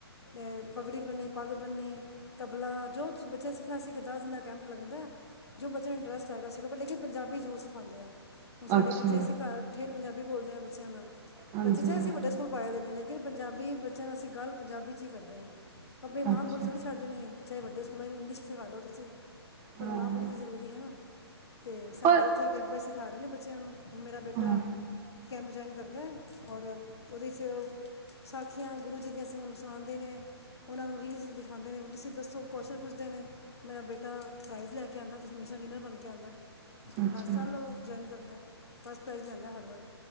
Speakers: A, on the left; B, on the right.
A: ਅਤੇ ਪਗੜੀ ਬਣਨੀ ਪੱਗ ਬਣਨੀ ਤਬਲਾ ਜੋ ਬੱਚਾ ਸਿੱਖਣਾ ਸਿੱਖਣ ਦਿੰਦਾ। ਕੈਂਪ ਲੱਗਦਾ ਜੋ ਬੱਚੇ ਨੂੰ ਇੰਟਰਸਟ ਹੈਗਾ ਸਿੱਖ ਦਾ ਪਰ ਲੇਕਿਨ ਪੰਜਾਬੀ ਜ਼ਰੂਰ ਸਿਖਾਂਦੇ ਆ। ਹੁਣ ਸਾਡੇ
B: ਅੱਛਾ
A: ਬੱਚੇ ਅਸੀਂ ਘਰ ਉੱਠੇ। ਪੰਜਾਬੀ ਬੋਲਦੇ ਹਾਂ ਬੱਚਿਆਂ ਨਾਲ।
B: ਹਾਂਜੀ
A: ਬੱਚੇ ਚਾਹੇ ਅਸੀਂ ਵੱਡੇ ਸਕੂਲ ਪਾਏ ਦੇ ਨੇ ਲੇਕਿਨ ਪੰਜਾਬੀ ਬੱਚਿਆਂ ਨਾਲ ਅਸੀਂ ਗੱਲ ਪੰਜਾਬੀ 'ਚ ਹੀ ਕਰਦੇ ਆ ਆਪਣੀ
B: ਅੱਛਾ
A: ਮਾਂ ਬੋਲੀ ਥੋੜੀ ਛੱਡ ਦੇਣੀ ਹੈ। ਚਾਹੇ ਵੱਡੇ ਸਕੂਲਾਂ ਚ ਵੀ ਇੰਗਲਿਸ ਸਿਖਾ ਲਓ ਤੁਸੀਂ। ਪਰ
B: ਹਾਂ
A: ਮਾਂ ਬੋਲੀ ਤਾਂ ਜ਼ਰੂਰੀ ਹੈ ਨਾ। ਤੇ ਸਾਡੇ
B: ਪਰ
A: ਉੱਥੇ ਕਹੇ ਪਏ ਸੀ। ਸਿੱਖਾ ਰਹੇ ਨੇ ਬੱਚਿਆਂ ਨੂੰ। ਉਹ ਮੇਰਾ ਬੇਟਾ।
B: ਹਾਂ
A: ਕੈਂਪ ਜੁਆਇਨ ਕਰਦਾ ਔਰ ਉਹਦੇ 'ਚ ਸਾਖੀਆਂ ਗੁਰੂ ਜੀ ਦੀਆਂ ਸਾਖੀਆਂ ਉਹਨਾਂ ਨੂੰ ਸੁਣਾਉਂਦੇ ਨੇ ਉਹਨਾਂ ਨੂੰ ਰੀਲਸ ਦਿਖਾਉਂਦੇ ਨੇ ਤੁਸੀਂ ਦੱਸੋ ਕੁਸ਼ਚਨ ਪੁੱਛਦੇ ਨੇ ਮੇਰਾ ਬੇਟਾ। ਬੇਟਾ ਪ੍ਰਾਈਜ਼ ਲੈ ਕੇ ਆਂਦਾ ਤੇ ਹਮੇਸ਼ਾ ਵਿਨਰ ਬਣ ਕੇ ਆਂਦਾ ਹਰ
B: ਅੱਛਾ
A: ਸਾਲ ਉਹ ਜੁਆਇਨ ਕਰਦਾ। ਬਸ ਪ੍ਰਾਈਜ਼ ਲੈਂਦਾ ਹਰ ਵਾਰੀ।